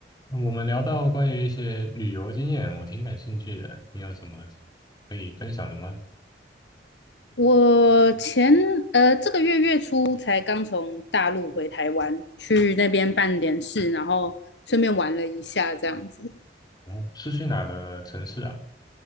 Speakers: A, on the left; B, on the left.
A: 那我们聊到关于一些旅游经验，我挺感兴趣的。你有什么可以分享的吗？
B: 我前呃这个月月初才刚从大陆回台湾，去那边办点事，然后顺便玩了一下这样子。
A: 哦，是去哪个城市啊？